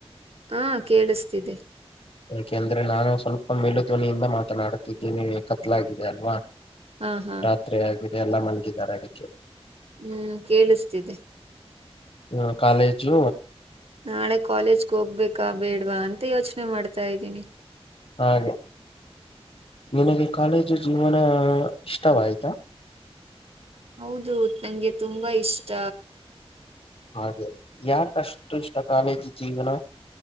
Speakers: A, on the right; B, on the left.
A: ಹ ಕೇಳಿಸ್ತಿದೆ
B: ಯಾಕೆಂದ್ರೆ ನಾನು ಸ್ವಲ್ಪ ಮೇಲು ಧ್ವನಿಯಿಂದ ಮಾತನಾಡ್ತಿದ್ದೀನಿ ಕತ್ಲಾಗಿದೆ ಅಲ್ವಾ
A: ಹಾ ಹಾ
B: ರಾತ್ರಿ ಆಗಿದೆ ಎಲ್ಲ ಮಲಗಿದ್ದಾರೆ ಅದಿಕ್ಕೆ.
A: ಹ್ಮ್ ಕೇಳಿಸ್ತಿದೆ.
B: ಹಾ ಕಾಲೇಜು.
A: ನಾಳೆ ಕಾಲೇಜ್ಗೆ ಹೋಗ್ಬೇಕಾ ಬೇಡ್ವಾ ಅಂತ ಯೋಚನೆ ಮಾಡ್ತಾಯಿದ್ದೀನಿ
B: ಹಾಗೆ ನಿನಗೆ ಕಾಲೇಜು ಜೀವನ ಇಷ್ಟವಾಯ್ತಾ.
A: ಹೌದು ನಂಗೆ ತುಂಬಾ ಇಷ್ಟ.
B: ಹಾಗೆ ಯಾಕಷ್ಟು ಇಷ್ಟ ಕಾಲೇಜು ಜೀವನ.